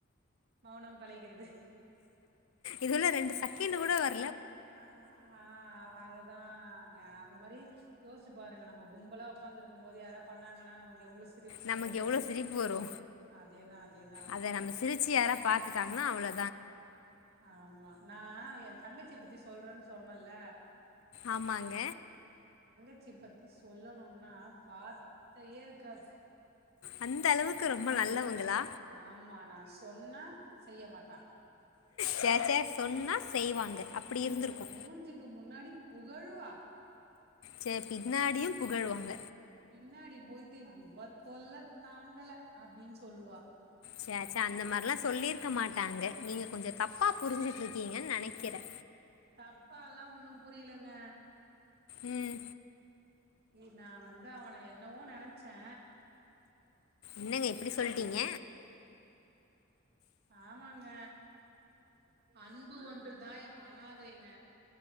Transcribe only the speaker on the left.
இதுல்ல ரெண்டு செகண்ட் கூட வர்
நமக்கு
எவ்வளவு சிரிப்பு வரோ
அதை நம்ம சிரிச்சு யாரா பாத்துட்டாங்கன்னா அவ்வளோ
ஆமாங்க
அந்த அளவுக் கு ரொம்ப நல்லவங்களா
சே சே சொன்னா செய்வாங்க அப்டி இருந்திருக்கோ
செரி பின்னாடியு புகழுவாங்க
சே சே அந்த மாரிலா சொல்லிருக்க மாட்டாங்க நீங்க கொஞ்சோ தப்பா புரிஞ்சி இருக்கீங்கன்னு நெனைக்கிறே
உம்
என்னங்க இப்படி சொல்லிட்டீங்க